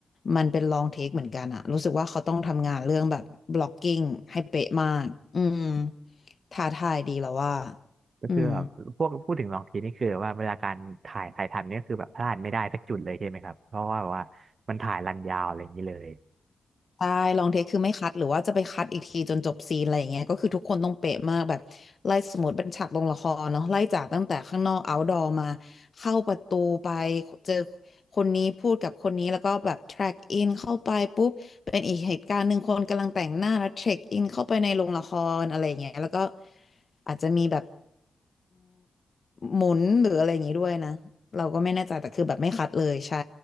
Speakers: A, on the left; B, on the right.
A: มันเป็นลองเทคเหมือนกันอะรู้สึกว่าเขาต้องทำงานเรื่องแบบบล็อกกิ้งให้เป๊ะมากอืมท้าทายดีแล้วว่า
B: ก็คือแบบพวกพูดถึงลองทีนี่คือว่าเวลาการถ่ายถ่ายทำเนี่ยคือแบบพลาดไม่ได้สักจุดเลยใช่ไหมครับเพราะว่าแบบว่ามันถ่ายรันยาวอะไรอย่างนี้เลย
A: อืม ใช่ลองเทคคือไม่คัดหรือว่าจะไปคัดอีกทีจนจบซีนอะไรอย่างเงี้ยก็คือทุกคนต้องเป๊ะมากแบบไล่สมมติเป็นฉากลงละครเนาะไล่จากตั้งแต่ข้างนอกเอาท์ดอมาเข้าประตูไปเจอคนนี้พูดกับคนนี้แล้วก็แบบแทร็กอินเข้าไปปุ๊บเป็นอีกเหตุการณ์หนึ่งคนกำลังแต่งหน้าแล้วเทร็กอินเข้าไปในโรงละครอะไรอย่างเงี้ยแล้วก็อาจจะมีแบบหมุนหรืออะไรอย่างงี้ด้วยนะเราก็ไม่แน่ใจแต่คือแบบไม่คัดเลยใช่